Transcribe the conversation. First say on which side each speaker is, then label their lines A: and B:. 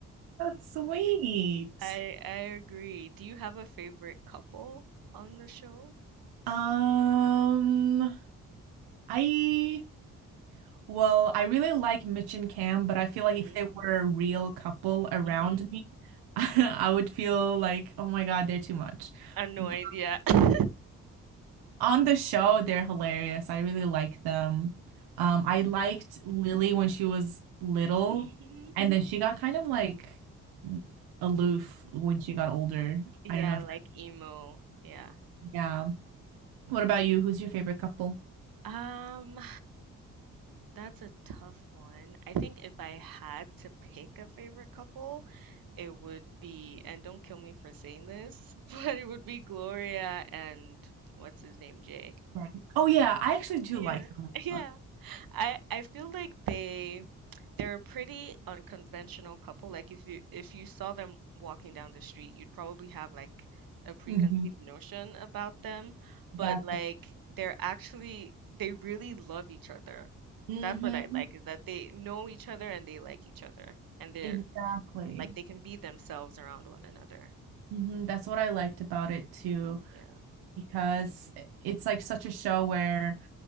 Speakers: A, on the right; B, on the right.
A: that's sweet.
B: I I agree. Do you have a favorite couple on the show?
A: Um, I Well, I really like Mitch and Cam, but I feel
B: Mhm.
A: like if they were a real couple around
B: Mhm.
A: me, <laughs> I would feel like, oh my God, they're too much.
B: I have no
A: But
B: idea. <laughs>
A: on the show, they're hilarious. I really like them. Um, I liked Lily when she was little,
B: Mhm.
A: and then she got kind of like aloof when she got older.
B: Yeah,
A: I don't know if,
B: like emo. Yeah.
A: yeah. What about you? Who's your favorite couple?
B: Um That's a tough one. I think if I had to pick a favorite couple, it would be, and don't kill me for saying this, <laughs> but it would be Gloria and what's his name, Jay.
A: Right. Oh yeah, I actually do
B: Yeah.
A: like them
B: <laughs> Yeah.
A: a lot.
B: I I feel like they they're a pretty unconventional couple. Like if you if you saw them walking down the street, you'd probably have like a preconceived
A: Mhm.
B: notion about them,
A: Exactly.
B: but like they're actually they really love each other.
A: hmm
B: That's what I like is that they know each other and they like each other and they're
A: Exactly.
B: like they can be themselves around one another.
A: hmm That's what I liked about it too,
B: Yeah.
A: because it's like such a show where